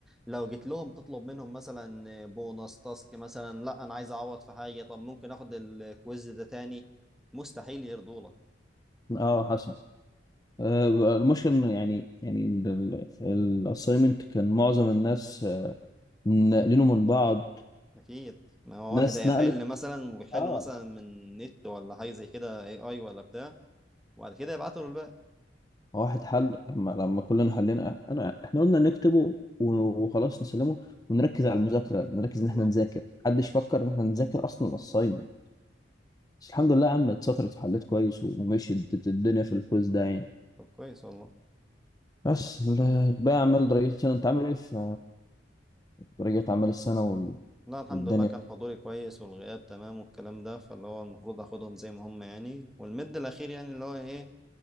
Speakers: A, in the centre; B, on the left.
A: لو جيت لهم تطلب منهم مثلا بونص تاسك مثلا لا انا عايز اعوض في حاجه طب ممكن اخد الكويز ده تاني مستحيل يرضوا لك
B: اه حسن آه المشكله انه يعني يعني الاساينمنت كان معظم الناس آه، ناقلينه من بعض
A: اكيد ما هو
B: ناس
A: واحد هيحل
B: نقلت
A: مثلا ويحله
B: اه
A: مثلا من نت ولا حاجه زي كده اي اي ولا بتاع وبعد كده يبعتوا له الباقي
B: واحد حل لما لما كلنا حلينا انا احنا قلنا نكتبه وخلاص نسلمه ونركز على المذاكره نركز
A: بالظبط
B: ان احنا نذاكر محدش فكر ان احنا نذاكر اصلا الاساينمنت بس الحمد لله يا عم اتسطرت وحليت كويس ومشيت الدنيا في الكويز ده يعني
A: طب كويس والله
B: بس ال- بقى اعمال رجعت السنه انت عامل ايه في رجعت اعمال السنه
A: لا الحمد
B: والدنيا
A: لله كان حضوري كويس والغياب تمام والكلام ده فاللي هو المفروض اخدهم زي ما هم يعني والمد الاخير يعني اللي هو ايه